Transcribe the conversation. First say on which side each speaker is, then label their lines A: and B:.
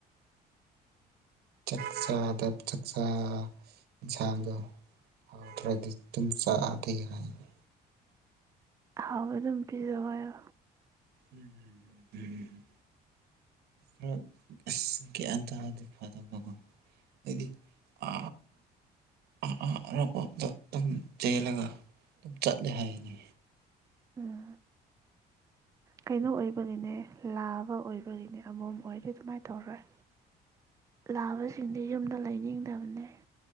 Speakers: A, on the right; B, on the right.
A: ꯆꯥꯛꯆꯥꯗ ꯆꯥꯛꯆꯥ ꯏꯟꯁꯥꯡꯒ ꯍꯧꯗ꯭ꯔꯗꯤ ꯑꯗꯨꯨꯝ ꯆꯥꯛꯑꯗꯤꯦ ꯍꯥꯏꯅ
B: ꯍꯥꯎꯕ ꯑꯗꯨꯝ ꯄꯤꯖ ꯍꯥꯏꯣ
A: ꯎꯝ ꯎꯝ ꯎꯝ ꯈꯔ ꯑꯁ ꯒ꯭ꯌꯥꯟ ꯇꯗꯤ ꯐꯗꯕꯀꯣ ꯑꯩꯗꯤ ꯑ ꯑ ꯑꯔꯥꯞꯄꯗ ꯑꯗꯨꯝ ꯆꯦꯜꯂꯒ ꯑꯗꯨꯝ ꯆꯠꯂꯦ ꯍꯥꯏꯅꯤ
B: ꯎꯝ ꯀꯩꯅꯣ ꯑꯣꯏꯕꯒꯤꯅꯦ ꯂꯥꯕ ꯑꯣꯏꯕꯒꯤꯅꯦ ꯑꯃꯣꯝ ꯑꯣꯏꯔꯦ ꯑꯗꯨꯃꯥꯏꯅ ꯇꯧꯔꯣꯏ ꯂꯥꯕꯁꯤꯡꯗꯤ ꯌꯨꯝꯗ ꯂꯩꯅꯤꯡꯗꯕꯅꯦ